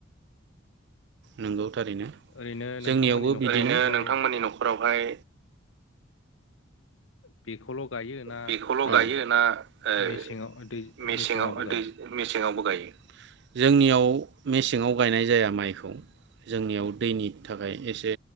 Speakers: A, on the right; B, on the left.
A: नंगौ। ओरैनो
B: ओरैनो
A: जोंनियावबो
B: नोंथांमोननि न'खरावहाय
A: बेहाय, ओरैनो नोंथांमोननि न'खरावहाय
B: बेखौल' गायो ना
A: बेखौल'
B: ओ
A: गायो ना ओ
B: मेसेङाव दै
A: मेसेङाव
B: मेसेङावबो गायो
A: दै मेसेङावबो गायो? जोंनियाव मेसेङाव गायनाय जाया माइखौ जोंनियाव दैनि थाखाय एसे